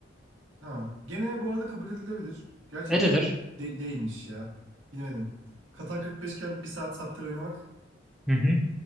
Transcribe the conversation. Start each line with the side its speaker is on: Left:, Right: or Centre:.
Right: Ha, gene bu arada kabul edilebilir. Gerçi
Centre: Edilir.
Right: de- değilmiş ya. Bilmedim. Katan 45 iken bir saat Subterra oynamak
Centre: Hı hı.